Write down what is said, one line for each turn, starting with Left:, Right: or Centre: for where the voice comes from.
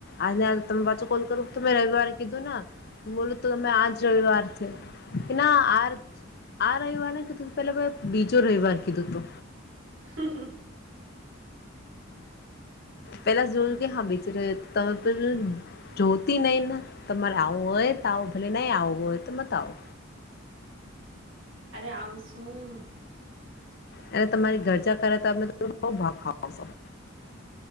Left: આજ ને આજ ત કો કર તો મેરા રવિવારે કીધું ને બોલું તો તમે આજ રવિવારથી એ ના આ આ રવિવાર કીધું પે બીજો રવિવાર કીધું તો
Right: હ
Left: પેલા જોયું કે હા બચ તમે પ જોતી નઈને તમારે આવું હોય તો ભલે નહી આવો હોય તો બતાવો
Right: અરે આવઉંસું
Left: અને તમારી ઘરજા કરે તો અમે બ ભાગ ખો